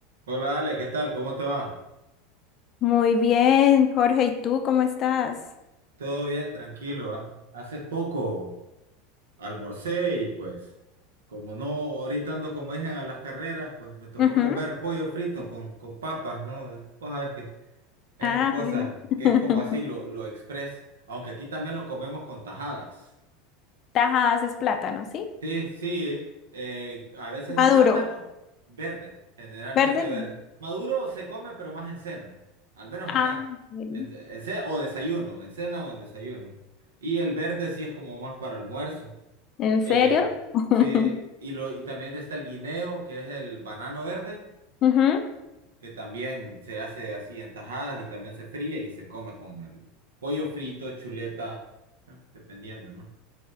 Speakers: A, on the right; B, on the left.
A: Hola Ale, ¿qué tal? ¿Cómo te va?
B: Muy bien, Jorge, ¿y tú cómo estás?
A: Todo bien, tranquilo, ¿ah? Hace poco almorcé y pues como no, ahorita ando como dije a las carreras, pues me tocó
B: Ujú.
A: comer pollo frito con, con papas, ¿no? Vos sabés que esas
B: Ah,
A: cosas
B: bueno. <laughs>
A: que es como así lo, lo express, aunque aquí también lo comemos con tajadas.
B: Tajas es plátano, ¿sí?
A: Sí, sí, eh, a veces
B: Maduro,
A: es plátano verde, generalmente
B: verde.
A: verde. Maduro se come, pero más en cena, al menos
B: Ah,
A: acá.
B: bueno.
A: En, en ce- o desayuno, en cena o en desayuno. Y el verde sí es como más para almuerzo.
B: ¿En serio?
A: Eh,
B: <laughs>
A: sí, y, lo, y también está el guineo, que es el banano verde,
B: Ujú.
A: que también se hace así en tajadas y también se fríe y se come con el pollo frito, chuleta, eh, dependiendo, ¿no?